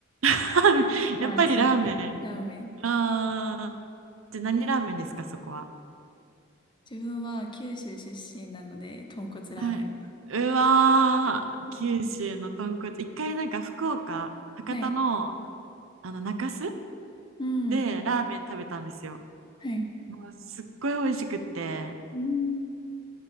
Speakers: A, on the right (about 85°); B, on the left (about 25°).
A: ラーメン
B: <laughs> まあ、
A: <laughs> やっぱりラーメン。
B: シンプル。ラーメン。
A: ああ。じゃあ何ラーメンですか、そこは。
B: 自分は九州出身なので、豚骨ラーメンが好
A: はい。うわー、
B: きですね。
A: 九州の豚骨。一回なんか福岡、博多の、
B: はい。
A: あの中洲
B: うん。
A: でラーメン食べたんですよ。
B: はい。
A: もうすっごい美味しくって、
B: うん。